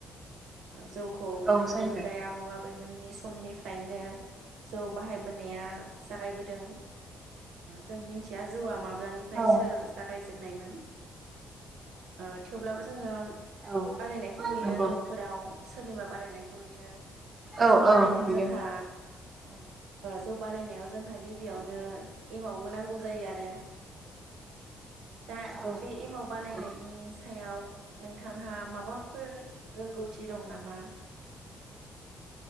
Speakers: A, on the right; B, on the right.
A: जौखौ
B: औ
A: गोदो
B: जायो
A: गोदाय आबौ आबै बैमोननि समनिफ्रायनो जौ बाहायबोनाया जागायबोदों जों मिथिया जौआ माब माब्लानिफ्राय
B: औ
A: सोर जागाय दोननायमोन ओ थेवब्लाबो जोङो बानायनायखौ
B: औ
A: नुयो
B: नंगौ
A: नु सोरनिबा बानायनायखौ नुयो। दा
B: औ
A: जौ बानायनायाव
B: औ नुयो
A: जोंहा
B: औ
A: जा बानायनाय जोंहा गिबियावनो
B: औ
A: एमावबो नांगौ जायो आरो दा
B: औ
A: बे एमाव बानायनायनि
B: नंगौ
A: सायाव नों जों बिथांहा माबाफोर रोंगौथि दं नामा?